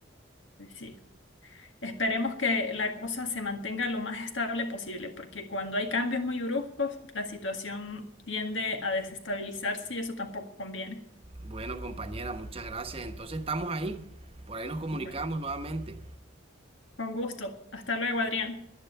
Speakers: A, on the left; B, on the right.
A: Pues Sí. Esperemos que la cosa se mantenga lo más estable posible, porque cuando hay cambios muy bruscos, la situación tiende a desestabilizarse y eso tampoco conviene.
B: Bueno, compañera, muchas gracias. Entonces estamos ahí. Por ahí nos comunicamos
A: Bueno,
B: nuevamente.
A: con gusto. Hasta luego, Adrián.